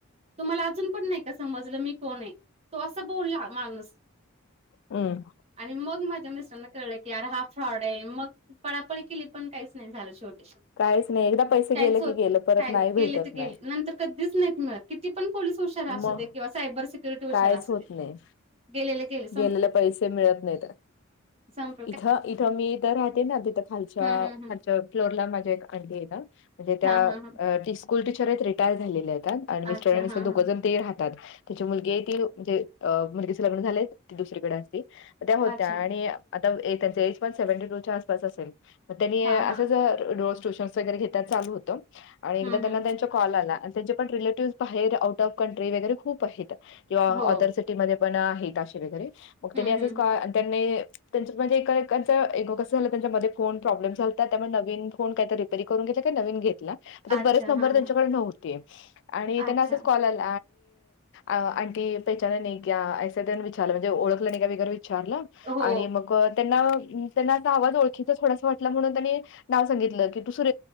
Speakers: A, on the right; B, on the left.
A: तुम्हाला अजून पण नाही का समजलं मी कोण हाय? तो असा बोलला माणूस
B: हम
A: आणि मग माझ्या मिस्टरानं कळल की अरे हा फ्रॉड ए मग पळापळी केली पण काहीच नाही झाले शेवटी.
B: काहीच नाही एकदा पैसे
A: काहीच
B: गेले
A: होत
B: की
A: नाही,
B: गेलं परत
A: काय
B: नाही भेटत
A: गेले ते गेले
B: नाही
A: नंतर कधीच नाहीत मिळत, किती पण पोलिस हुशार असू
B: मग
A: दे किंवा सायबर सिक्युरिटी हुशार
B: कायच
A: असू
B: होत
A: दे
B: नाही
A: गेलेले गेले
B: गेलेले पैसे मिळत नाहीत.
A: संप
B: इथं, इथं, मी इथं राहते ना तिथं खालच्या
A: हम्म हम्म हम्म
B: खालच्या फ्लोरला माझ्या एक आंटी ए ना म्हणजे त्या
A: हा हा हा
B: ती स्कूल टीचर ए, रिटायर झालेल्या ए त्यात आणि मिस्टर
A: अच्छा
B: आणि मिस
A: हा
B: दोघं
A: हा
B: जण ते राहतात. तीची मुलगी ए ती, म्हणजे मुलगीचे लग्न झालय, ती दुसरीकडे असती, त्या होत्या
A: अच्छा
B: आणि आता त्यांच एज पण सेव्हन्टी टूच्या आसपास असेल मग त्यांनी
A: हा
B: अस
A: हा
B: रोज ट्युशन वैगेरे घेतात चालू होत आणि एकदा
A: हम्म
B: त्यांना
A: हम्म
B: त्यांच्या कॉल आला आणि त्यांचे पण रिलेटिव्ह बाहेर आऊट ऑफ कंट्री वैगरे खूप आहेत किंवा
A: हो
B: ऑदर सिटी मध्ये पण आहेत असे वगैरे मग
A: हम्म
B: त्यांनी असच
A: हम्म हम्म
B: कॉल त्यांनी त्यांच म्हणजे एकाचं ए कसं झालं त्यांच्या मधे फोन प्रॉब्लेम झालता त्यामुळे नवीन फोन काहीतरी रिपेअर करून घेतला काय नवीन घेतला तर
A: अच्छा
B: बरेच नंबर
A: हा
B: त्यांच्याकडे
A: हा
B: नव्हते आणि त्यांना
A: अच्छा
B: असाच कॉल आल आंटी पहेचाना नही क्या अस त्यांनी विचारलं म्हणजे ओळखलं नाही का वैगेरे. विचारलं
A: हो
B: आणि मग त्यांना त्यांना असा आवाज ओळखीचा थोडासा वाटला म्हणून त्यांनी नाव सांगितलं की तू सूर,